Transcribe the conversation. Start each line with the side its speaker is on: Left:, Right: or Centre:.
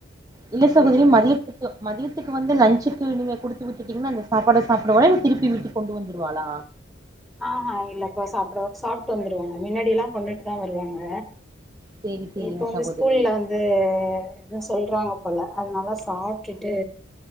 Right: இல்ல சகோதரி மதியத்துக்கு மதியத்துக்கு வந்து லஞ்சுக்கு நீங்க குடுத்து விட்டுட்டீங்கன்னா அந்த சாப்பாட சாப்பிடடுவ திருப்பி வீட்டுக்கு கொண்டு வந்துடுவாளா
Centre: ஆ ஆ இல்ல இப்ப சாப்பிட சாப்பிட்டு வந்துருவாங்க மின்னாடி எல்லாம் கொண்டுட்டு தா வருவாங்க
Right: சேரி சேரிங்க
Centre: இப்ப வந்து
Right: சகோதரி
Centre: ஸ்கூல்ல வந்து ந்து எதும் சொல்றாங்க போல அதுனால சாப்ட்டுட்டு